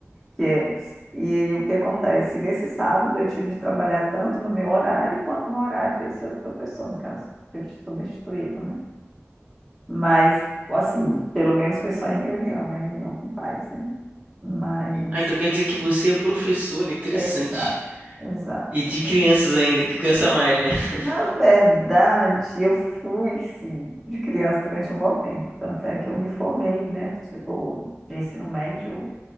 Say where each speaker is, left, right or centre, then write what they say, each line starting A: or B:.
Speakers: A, in the centre; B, on the right.
A: que é, e, o que acontece? Nesse sábado eu tive de trabalhar tanto no meu horário quanto no horário desse outro professor, no caso, tive de substituí-lo, né? Mas, assim, pelo menos foi só em reunião, né? Reunião com pais, né? Mas,
B: Ah, então quer dizer que você é professora, interessante.
A: exato, exato.
B: E de crianças ainda, que cansa mais, né? <laughs>
A: Na verdade, eu fui, sim, de criança durante um bom tempo. Tanto é que eu me formei, né? Tipo, de ensino médio,